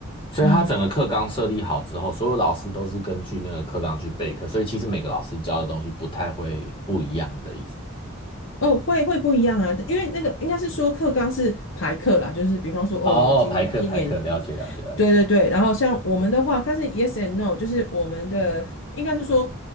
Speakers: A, on the left (about 25°); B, on the left (about 60°).
A: 所以他整个课纲设立好之后，
B: 嗯，
A: 所有老师都是根据那个课纲去备课，所以其实每个老师教的东西不太会不一样的意思吗？
B: 哦，会会不一样啊，因为那个应该是说课纲是排课啦，就是比方说，哦，
A: 哦，
B: 我今今年
A: 排课排课，了解了解了解。
B: 对对对，然后像我们的话，但是 yes and no，就是我们的应该是说，